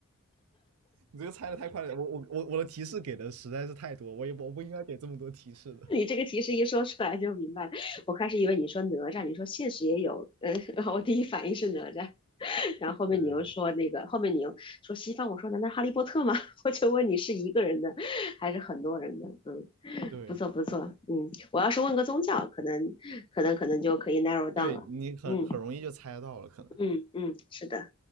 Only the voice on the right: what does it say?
你这个猜的太快了，我我我我的提示给的实在是太多，我也不我不应该给这么多提示的。
对对对
对
对，
你很很容易就猜得到了，
可能。